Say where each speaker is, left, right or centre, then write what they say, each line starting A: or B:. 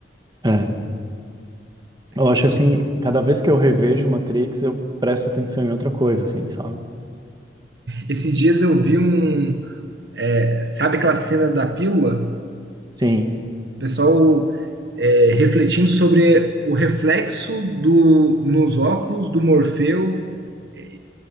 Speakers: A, on the right; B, on the right.
A: É. Eu
B: <laughs>
A: acho assim, cada vez que eu revejo Matrix, eu presto atenção em outra coisa, assim, sabe?
B: Esses dias eu vi um. é, sabe aquela cena da pílula?
A: Sim.
B: O pessoal é, refletindo sobre o reflexo do, nos óculos do Morfeu é,